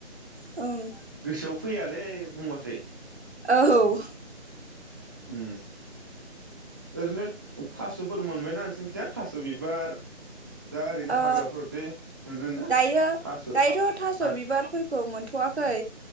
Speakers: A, on the right (about 60°); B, on the right (about 15°).
A: औ
B: गोसोआव फैयालै बुंबाथाय
A: ओहऔ
B: उम आरैनोथ थास'फोर मोनबायना नोंसोरनिखिजा थास' बिबार दा ओरैनो
A: ओ
B: हाग्राफोरावथे मोनोना
A: दायो
B: थास'
A: दायोथ' थास'
B: आ
A: बिबारफोरखौ मोनथ'वाखै